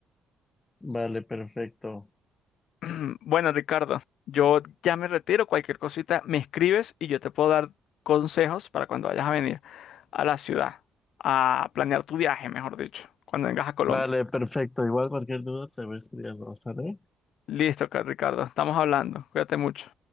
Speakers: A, on the left; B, on the left.
A: Vale, perfecto.
B: <clears throat> Bueno, Ricardo, yo ya me retiro. Cualquier cosita me escribes y yo te puedo dar consejos para cuando vayas a venir a la ciudad, a planear tu viaje, mejor dicho, cuando vengas a Colombia.
A: Vale, perfecto. Igual cualquier duda te voy a escribir, ¿sale?
B: Listo, Ricardo, estamos hablando. Cuídate mucho.